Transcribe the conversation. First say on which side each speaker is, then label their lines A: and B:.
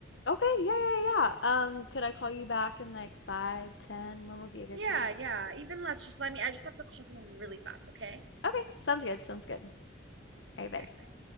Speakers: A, on the left; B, on the right.
A: Okay, yeah, yeah, yeah. Um, could I call you back in like five, ten? When would be a good
B: yeah
A: time?
B: yeah even less just let me i just have to call someone really fast okay
A: Okay, sounds good. Sounds good. All right, bye.
B: all right bye